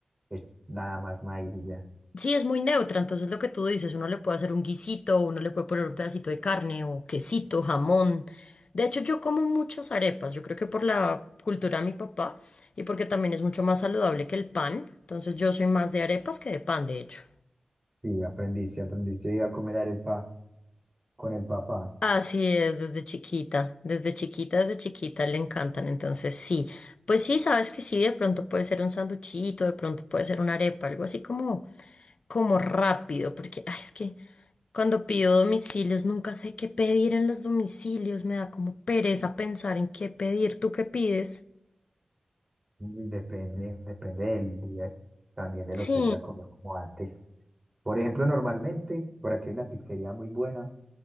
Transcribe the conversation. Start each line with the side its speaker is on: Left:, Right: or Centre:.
Right: es nada más maíz y ya.
Left: sí es muy neutra, entonces lo que tú dices, uno le puede hacer un guisito, uno le puede poner un pedacito de carne o quesito, jamón. De hecho, yo como muchas arepas, yo creo que por la cultura de mi papá y porque también es mucho más saludable que el pan, entonces yo soy más de arepas que de pan, de hecho.
Right: Sí, aprendiste, aprendiste a comer arepa con el papá.
Left: Así es, desde chiquita, desde chiquita, desde chiquita le encantan, entonces sí, pues sí, sabes que sí, de pronto puede ser un sanduchito, de pronto puede ser una arepa, algo así como, como rápido, porque ay, es que cuando pido domicilios nunca sé qué pedir en los domicilios, me da como pereza pensar en qué pedir, ¿tú qué pides?
Right: Uy, depende, depende del día, también de
Left: Sí,
Right: lo que haya comido como antes. Por ejemplo, normalmente por aquí hay una pizzería muy buena